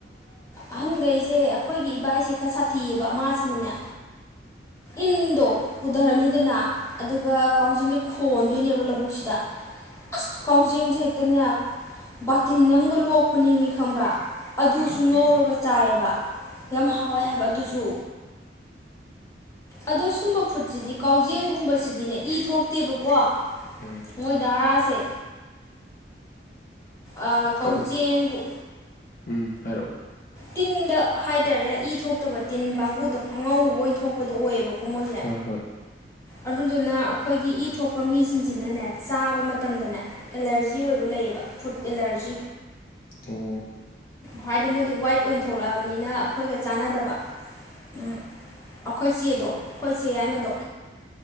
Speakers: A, on the left (about 15°); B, on the left (about 50°).
A: ꯑꯍꯟꯒꯩꯁꯦ ꯑꯩꯈꯣꯏꯒꯤ ꯏꯕꯥꯏꯁꯦ ꯈꯔ ꯁꯥꯊꯤꯌꯦꯕ ꯃꯥꯁꯤꯅꯅꯦ ꯏꯟꯗꯣ ꯄꯨꯗꯔꯅꯤꯗꯅ ꯑꯗꯨꯒ ꯀꯥꯎꯖꯤꯡꯖꯦ ꯈꯣꯟꯗꯣꯏꯅꯦꯕ ꯂꯧꯕꯨꯛꯁꯤꯗ ꯑꯁ ꯀꯥꯎꯖꯦꯡꯁꯦ ꯍꯦꯛꯇꯅꯦ ꯕꯥꯇꯤꯟ ꯑꯝ ꯂꯣꯛꯄꯅꯦꯃꯤ ꯈꯪꯕ꯭ꯔ ꯑꯗꯨꯁꯨ
B: ꯎꯝ
A: ꯉꯧꯔꯒ ꯆꯥꯏꯌꯦꯕ ꯌꯥꯝ ꯍꯥꯎꯋꯦ ꯍꯥꯏꯕ ꯑꯗꯨꯁꯨ ꯑꯗꯣ ꯁꯨꯝꯕ ꯐꯨꯠꯁꯤꯗꯤ ꯀꯥꯎꯖꯦꯡꯒꯨꯝꯕꯁꯤꯗꯤꯅꯦ ꯏ ꯊꯣꯛꯇꯦꯕꯀꯣ
B: ꯎꯝ
A: ꯃꯣꯏ ꯗꯔꯥ ꯁꯦ ꯑꯥ ꯀꯧꯖꯦꯡꯒꯨ
B: ꯀꯧ ꯎꯝ ꯍꯥꯏꯔꯛꯑꯣ
A: ꯇꯤꯟꯗ ꯍꯥꯏꯇꯥꯔꯦ ꯏ ꯊꯣꯛꯇꯕ ꯇꯤꯟ ꯀꯥꯡꯉꯨꯗꯣ ꯑꯉꯧꯕ ꯑꯣꯏꯅ ꯊꯣꯛꯄꯗꯣ ꯑꯣꯏꯌꯦꯕ ꯀꯣꯃꯣꯏꯖꯦ
B: ꯍꯣꯏ ꯍꯣꯏ
A: ꯑꯗꯨꯗꯨꯅ ꯑꯈꯣꯏꯒꯤ ꯏ ꯊꯣꯛꯄ ꯃꯤꯖꯤꯡꯖꯤꯅꯅꯦ ꯆꯥꯕ ꯃꯇꯝꯗꯅꯦ ꯑꯦꯂꯔꯖꯤ ꯑꯣꯏꯕ ꯂꯩꯌꯦꯕ ꯐꯨꯗ ꯑꯦꯂꯔꯖꯤ
B: ꯑꯣ
A: ꯍꯥꯏꯗꯤ ꯃꯣꯏꯗꯤ ꯋꯥꯏꯠ ꯑꯣꯏꯅ ꯊꯣꯛꯂꯛꯑꯕꯅꯤꯅ ꯑꯈꯣꯏꯒ ꯆꯥꯟꯅꯗꯕ ꯎꯝ ꯑꯈꯣꯏ ꯆꯦꯗꯣ ꯑꯩꯈꯣꯏ ꯆꯦ ꯌꯥꯏꯃꯗꯣ